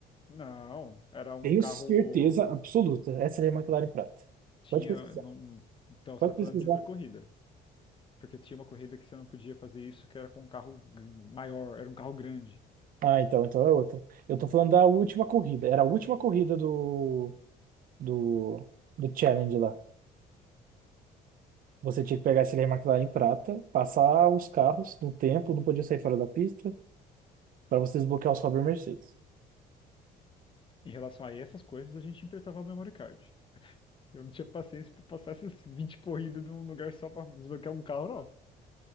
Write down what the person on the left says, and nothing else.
não. Era um
carro.
Tinha.
não- Então
você tá
falando de outra corrida. porque tinha uma corrida que você não podia fazer isso, que era com um carro g- maior, era um carro grande.
Em relação a essas coisas, a gente emprestava o memory card. Eu não tinha paciência para passar essas <laughs> 20 corridas num lugar só para desbloquear um carro, não.